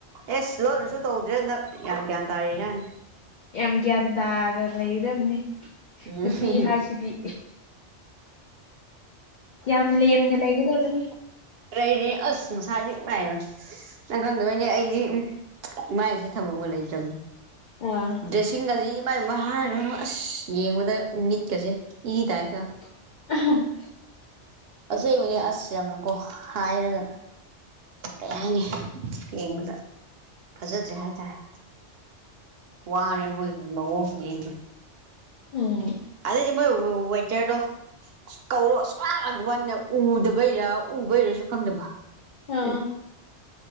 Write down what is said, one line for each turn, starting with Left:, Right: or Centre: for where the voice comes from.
Right: ꯑꯦꯁ ꯂꯣꯏꯅꯁꯨ ꯇꯧꯗ꯭ꯔꯦ ꯍꯟꯗꯛ ꯌꯥꯝ꯭ ꯒ꯭ꯌꯥꯟ ꯇꯥꯔꯤꯅꯦꯅ
Left: ꯌꯥꯝ ꯒ꯭ꯌꯥꯟ ꯇꯥꯅ ꯂꯩꯒꯗꯕꯅꯤ
Right: ꯎꯝ
Left: ꯅꯨꯄꯤ ꯍꯥꯏꯁꯤꯗꯤ ꯌꯥꯝ ꯂꯦꯝꯅ ꯂꯩꯒꯗꯕꯅꯤ
Right: ꯀꯩꯅꯦ ꯑꯁ ꯃꯁꯥꯗꯤ ꯏꯃꯥꯏꯕ ꯅꯪ ꯈꯪꯗꯣꯏꯅꯦ ꯑꯩꯗꯤ ꯏꯃꯥꯏꯁꯤ ꯊꯕꯛꯒ
Left: ꯑꯥ
Right: ꯗ꯭ꯔꯦ ꯏꯃꯥ ꯏꯕ ꯑꯁ ꯌꯦꯡꯕꯗ ꯃꯤꯅꯤꯠꯀꯁꯦ ꯏꯗꯥꯏꯗꯣ
Left: <inaudible>
Right: ꯑꯁꯕꯨꯅꯦ ꯑꯁꯁ ꯌꯥꯝꯅꯀꯣ ꯍꯥꯏꯔꯒ ꯀꯩ ꯍꯥꯏꯅꯤ ꯌꯦꯡꯕꯗ ꯐꯖꯗ꯭ꯔꯦ ꯍꯥꯏꯇꯥꯔꯦ ꯋꯥꯅꯦꯦ ꯃ ꯌꯦ
Left: ꯎꯝ
Right: ꯑꯗꯦ ꯆꯃ ꯋꯥꯩꯇꯦꯗꯣ ꯀꯧꯔꯣ ꯑ ꯁꯨꯡ ꯂꯥꯡꯂꯛꯇꯕꯗ ꯎꯗꯕꯩꯔꯥ ꯎꯕꯩꯔꯁꯨ ꯈꯪꯗꯕ
Left: ꯑꯥ
Right: ꯎꯝ